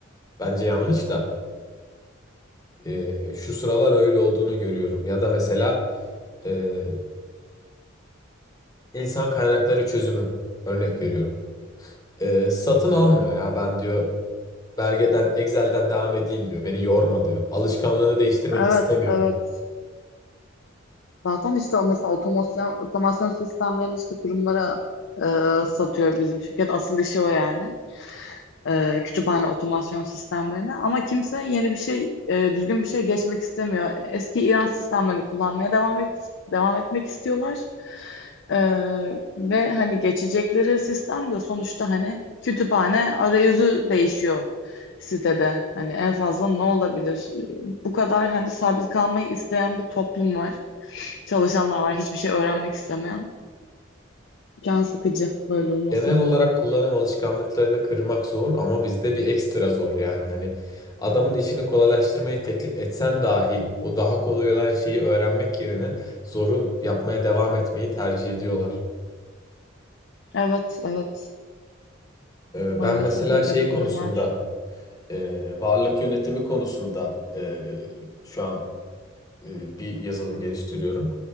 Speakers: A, on the left; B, on the left.
A: Bence yanlış da e, şu sıralar öyle olduğunu görüyorum. Ya da mesela e, insan kaynakları çözümü örnek veriyorum. E, satın almıyor ya ben diyor belgeden Excel'den devam edeyim diyor. Beni yorma diyor. Alışkanlığını değiştirmek
B: Evet,
A: istemiyor.
B: evet. Zaten işte o mesela otomasyon, otomasyon sistemlerini işte kurumlara e, satıyor bizim şirket. Asıl işi o yani. e, kütüphane otomasyon sistemlerine ama kimse yeni bir şey e, düzgün bir şey geçmek istemiyor. Eski İran sistemlerini kullanmaya devam et, devam etmek istiyorlar. E, ve hani geçecekleri sistem de sonuçta hani kütüphane arayüzü değişiyor sitede. Hani en fazla ne olabilir? Bu kadar hani sabit kalmayı isteyen bir toplum var. Çalışanlar var, hiçbir şey öğrenmek istemeyen. Can sıkıcı böyle olması.
A: Genel olarak kullanım alışkanlıklarını kırmak zor ama bizde bir ekstra zor yani. Hani adamın işini kolaylaştırmayı teklif etsen dahi o daha kolay olan şeyi öğrenmek yerine zoru yapmaya devam etmeyi tercih ediyorlar.
B: Evet, evet.
A: Ee,
B: Maalesef
A: Ben mesela
B: öyle
A: şey
B: bir
A: konusunda,
B: durum var.
A: e, varlık yönetimi konusunda e, şu an e, bir yazılım geliştiriyorum.